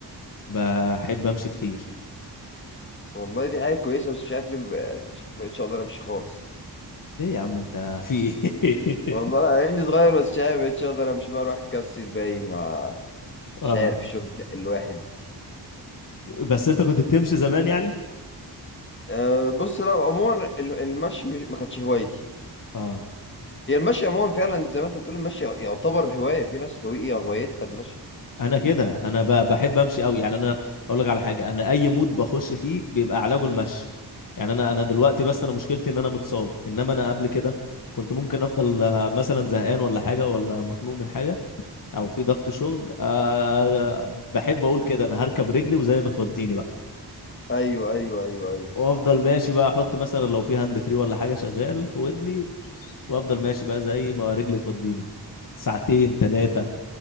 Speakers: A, on the left; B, on the left.
A: بحب امشي كتير
B: والله دي حاجة كويسة بس مش عارف ليه مبقاش- مبقتش أقدر أمشي خالص
A: ليه يا عم انت في ايه
B: والله أنا عيني صغير بس مش عارف مبقتش أقدر أمشي بقى أروح أكسل باين آه،
A: <laughs>
B: مش
A: اه
B: عارف الشغل ده الواحد
A: بس انت كنت بتمشي زمان يعني
B: أه بص لا عموما ال- المشي مش- ما كانتش هوايتي
A: اه
B: هي المشي عموما فعلا زي ما انت بتقول المشي يعتبر هواية في ناس هوية هوايتها المشي
A: انا كده انا ب- بحب امشي قوي يعني انا اقول لك على حاجه انا اي مود بخش فيه بيبقى علاجه المشي يعني انا انا دلوقتي بس انا مشكلتي ان انا متصاب انما انا قبل كده كنت ممكن افضل آه، مثلا زهقان ولا حاجه ولا مخنوق من حاجه او في ضغط شغل أه بحب اقول كده انا هركب رجلي وزي ما توديني بقى
B: ايوه ايوه ايوه ايوه
A: وافضل ماشي بقى احط مثلا لو في هاند فري ولا حاجه شغال في ودني وافضل ماشي بقى زي ما رجلي توديني ساعتين ثلاثه